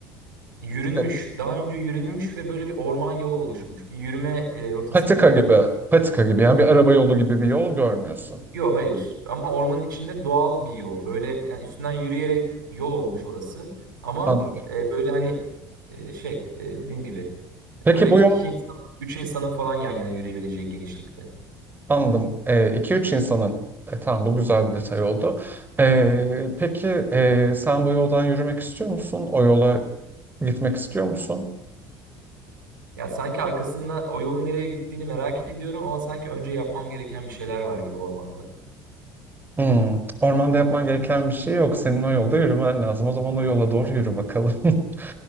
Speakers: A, on the right; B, on the right.
A: yürünmüş,
B: e,
A: daha önce yürünmüş ve böyle bir orman yolu oluşmuş. Bir yürüme e, rotası
B: patika
A: gibi.
B: gibi, patika gibi yani bir araba yolu gibi bir yol görmüyorsun.
A: Yok hayır ama ormanın içinde doğal bir yol. Böyle yani üstünden yürüyerek yol olmuş orası. Ama
B: Anladım.
A: e, böyle hani e, şey e, dediğim gibi
B: Peki
A: böyle
B: bu
A: iki
B: yol
A: insan, üç insanın falan yan yana yürüyebileceği genişlikte.
B: Anladım. E, 2-3 insanın. E, tamam bu güzel bir detay oldu. E, peki e, sen bu yoldan yürümek istiyor musun? O yola gitmek istiyor musun?
A: Ya sanki arkasında o yolun nereye gittiğini merak ediyorum ama sanki önce yapmam gereken bir şeyler var gibi ormanda.
B: Hmm, Ormanda yapman gereken bir şey yok. Senin o yolda yürümen lazım. O zaman o yola doğru yürü bakalım. <laughs>